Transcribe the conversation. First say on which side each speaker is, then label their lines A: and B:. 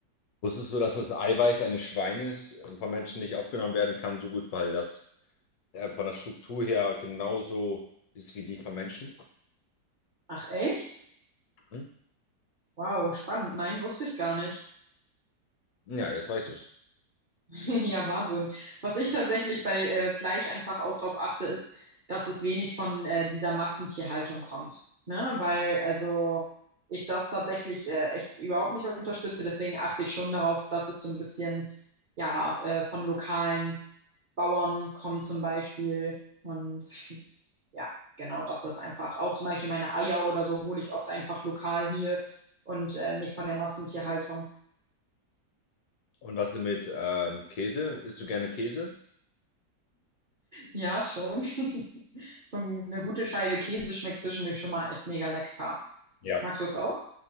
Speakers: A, on the left; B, on the right.
A: Wusstest du, dass das Eiweiß eines Schweines von Menschen nicht aufgenommen werden kann, so gut, weil das äh, von der Struktur her genauso ist wie die von Menschen?
B: Ach echt?
A: Hm?
B: Wow, spannend. Nein, wusste ich gar nicht.
A: Ja, jetzt weißt du es.
B: <laughs> Ja, Wahnsinn. Was ich tatsächlich bei äh, Fleisch einfach auch drauf achte, ist, dass es wenig von äh, dieser Massentierhaltung kommt. Ne? Weil also ich das tatsächlich äh, echt überhaupt nicht unterstütze. Deswegen achte ich schon darauf, dass es so ein bisschen ja äh, von lokalen Bauern kommt zum Beispiel. Und <laughs> ja, genau, dass das einfach auch zum Beispiel meine Eier oder so hole ich oft einfach lokal hier und äh, nicht von der Massentierhaltung.
A: Und was ist mit ähm, Käse? Isst du gerne Käse?
B: Ja, schon. <laughs> So eine gute Scheibe Käse schmeckt zwischendurch schon mal echt mega lecker.
A: Ja.
B: Magst du es auch?